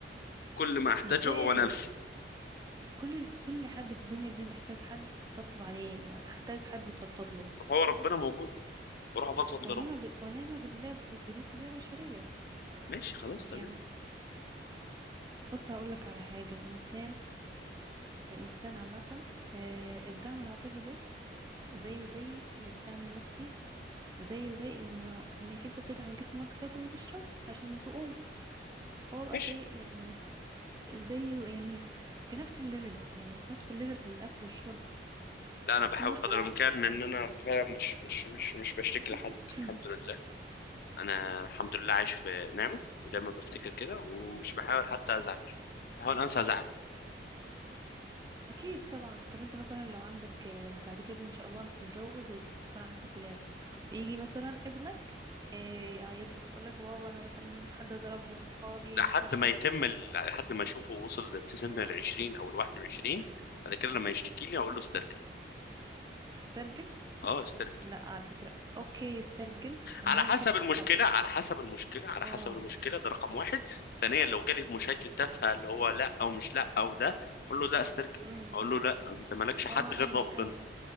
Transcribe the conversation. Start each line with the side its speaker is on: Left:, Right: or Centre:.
Left: كل ما احتاجه
Right: ازاي
Left: هو نفسي
Right: كل كل حد في الدنيا دي محتاج حد يطبطب عليه محتاج حد يفضفض له
Left: ما هو ربنا موجود واروح افضفض
Right: ونعمه
Left: لربي
Right: ب... ونعمه بالله بس دي طبيعه بشريه
Left: ماشي خلاص تمام
Right: يعني بص هقول لك على حاجه الانسان الانسان عامه آه، الدعم العاطفي ده زيه زي الدعم النفسي زيه زي ان انك انت بتدعم جسمك تاكل وتشرب عشان تقوم هو بقى
Left: ماشي
Right: زي يعني زي يعني في نفس الليفل يعني في نفس الليفل الاكل والشرب
Left: لا انا
Right: بس
Left: بحاول
Right: المشكله
Left: قدر الامكان ان انا فعلا مش مش مش مش بشتكي
Right: <clears throat>
Left: لحد الحمد لله انا الحمد لله عايش في نعمه ودايما بفتكر كده ومش بحاول حتى ازعل بحاول انسى زعلي
Right: اكيد طبعا طب انت مثلا لو عندك آه، بعد كده ان شاء الله لما تتجوز وتكون عندك ولاد ويجي مثلا ابنك آه، يعيط لك يقول لك بابا انا مثلا حد ضربني وصحابي
Left: لحد
Right: مش عارف
Left: ما
Right: ايه
Left: يتم ال- لحد ما اشوفه وصل لسن ال 20 او ال 21 بعد كده لما يشتكي لي اقول له استرجل
Right: استرجل
Left: اه استرجل
Right: لا على فكره اوكي يسترجل ان
Left: على
Right: هو
Left: حسب
Right: يجيب حقه
Left: المشكله على حسب المشكله على
Right: اه
Left: حسب المشكله ده رقم واحد ثانيا لو جالي مشاكل تافهه اللي هو لا او مش لا او ده اقول له لا استرجل
Right: امم
Left: اقول له لا انت مالكش حد
Right: اه
Left: غير
Right: انا مع...
Left: ربنا
Right: انا معاك